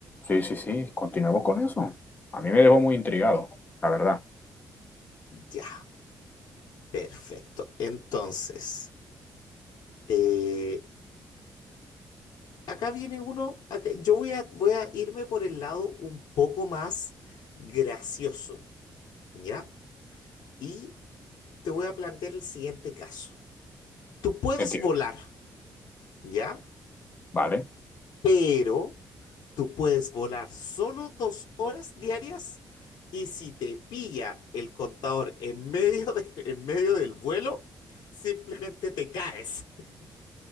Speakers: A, on the left (about 25°); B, on the left (about 80°).
A: Sí, sí, sí, continuemos con eso. A mí me dejó muy intrigado, la verdad.
B: Ya, perfecto. Entonces. Eh, acá viene uno, acá- yo voy a, voy a irme por el lado un poco más gracioso, ¿ya? Y te voy a plantear el siguiente caso. Tú puedes
A: Entiendo.
B: volar, ¿ya?
A: Vale.
B: Pero tú puedes volar solo dos horas diarias y si te pilla el contador en medio de- <laughs> en medio del vuelo, simplemente te caes. <laughs>